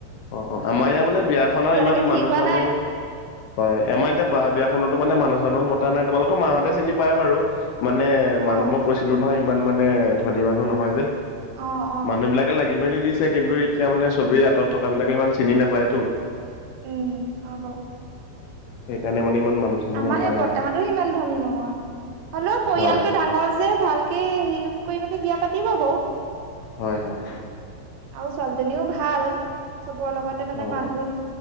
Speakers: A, on the left; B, on the right.
A: অ অ আমাৰ ইয়য়া মানে বিয়াখনৰ
B: এতিয়ালৈকে
A: ইমান
B: ঠিক
A: মানুহ
B: হোৱা
A: চানুহ
B: নাই
A: হয় আমাৰ এতিয়া বা বিয়াখনতো মানে মানুহ। জানো মতা নাই তোমালোকৰ মাহতে চিনি পায় বাৰু মানে
B: অ
A: মানুহ মই কৈছিলো নহয়। ইমান মানে ধনী মানুহ নহয় যে
B: অ অ
A: মানুহ বিলাকে লাগি মেলি দিছে। কিন্তু এতিয়া মানে চবেই আঁত থকা বিলাক ইমান চিনি নাপায় তো।
B: উম, হব।
A: সেইকাৰণে মানে ইমান মানুহ চানুহ
B: আমাৰ
A: মতা
B: সেই বৰ্তাহতো
A: নাই,
B: হিমান ধনী নহয় হলেও পৰিয়ালতটো
A: হয়,
B: ডাঙৰ যে ভালক হে সেইটোতকৈ কৰি মেলে বিয়া পাতিব আক
A: হয় হয়।
B: আৰু ছোৱালীজনীও ভাল চবৰ লগতে মানে
A: অ'।
B: মাত বোল